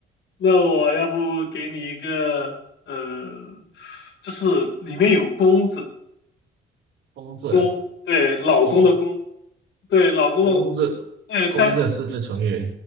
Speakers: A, on the left (about 70°); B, on the right (about 80°).
A: 那我要不给你一个，呃，就是里面有公字，
B: 公字，
A: 公，对，老公的公，
B: 公
A: 对，老公的，
B: 公字，
A: 对，
B: 公的四字成语
A: 但